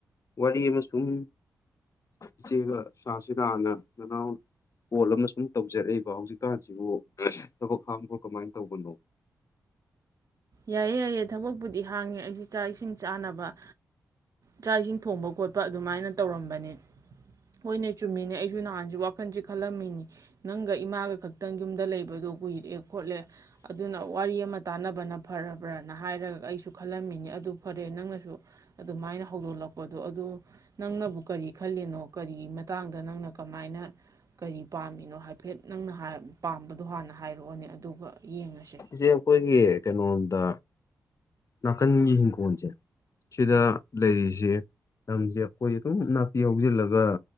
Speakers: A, on the left; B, on the right.
A: ꯋꯥꯔꯤ ꯑꯃ ꯁꯨꯝ ꯏꯆꯦꯒ ꯁꯥꯁꯤ ꯂꯥꯟꯅ ꯅꯅꯥꯎ ꯄꯣꯠ ꯑꯃ ꯁꯨꯝ ꯇꯧꯖꯔꯛꯏꯕ ꯍꯧꯖꯤꯛꯀꯥꯟꯁꯤꯕꯨ ꯊꯕꯛ ꯍꯥꯡꯕ꯭ꯔꯣ ꯀꯃꯥꯏ ꯇꯧꯕꯅꯣ
B: ꯌꯥꯏꯌꯦ ꯌꯥꯏꯌꯦ ꯊꯕꯛꯄꯨꯗꯤ ꯍꯥꯡꯉꯦ ꯑꯩꯁ ꯆꯥꯛ ꯏꯁꯤꯡ ꯆꯥꯅꯕ ꯆꯥꯛ ꯏꯁꯤꯡ ꯊꯣꯡꯕ ꯈꯣꯠꯄ ꯑꯗꯨꯃꯥꯏꯅ ꯇꯧꯔꯝꯕꯅꯦ ꯍꯣꯏꯅꯦ ꯆꯨꯝꯃꯤꯅꯦ ꯑꯩꯁꯨ ꯅꯍꯥꯟꯁꯤ ꯋꯥꯈꯜꯁꯤ ꯈꯜꯂꯝꯃꯤꯅꯤ ꯅꯪꯒ ꯏꯃꯥꯒ ꯈꯛꯇꯪ ꯌꯨꯝꯗ ꯂꯩꯕꯗꯣ ꯀꯨꯏꯔꯦ ꯈꯣꯠꯂꯦ ꯑꯗꯨꯅ ꯋꯥꯔꯤ ꯑꯃ ꯇꯥꯟꯅꯕꯅ ꯐꯔꯕ꯭ꯔꯅ ꯍꯥꯏꯔꯒ ꯑꯩꯁꯨ ꯈꯜꯂꯝꯃꯤꯅꯤ ꯑꯗꯨ ꯐꯔꯦ ꯅꯪꯅꯁꯨ ꯑꯗꯨꯃꯥꯏꯅ ꯍꯧꯗꯣꯛꯂꯛꯄꯗꯣ ꯑꯗꯣ ꯅꯪꯅꯕꯨ ꯀꯔꯤ ꯈꯜꯂꯤꯅꯣ ꯀꯔꯤ ꯃꯇꯥꯡꯗ ꯅꯪꯅ ꯀꯃꯥꯏꯅ ꯀꯔꯤ ꯄꯥꯝꯃꯤꯅꯣ ꯍꯥꯏꯐꯦꯠ ꯅꯪꯅ ꯍꯥꯏ ꯄꯥꯝꯕꯗꯣ ꯍꯥꯟꯅ ꯍꯥꯏꯔꯛꯑꯣꯅꯦ ꯑꯗꯨꯒ ꯌꯦꯡꯉꯁꯦ
A: ꯏꯆꯦ ꯑꯩꯈꯣꯏꯒꯤ ꯀꯩꯅꯣꯔꯣꯝꯗ ꯅꯥꯀꯟꯒꯤ ꯏꯪꯈꯣꯜꯁꯦ ꯁꯤꯗ ꯂꯩꯔꯤꯁꯦ ꯂꯝꯁꯦ ꯑꯩꯈꯣꯏ ꯑꯗꯨꯝ ꯅꯥꯄꯤ ꯍꯧꯖꯤꯜꯂꯒ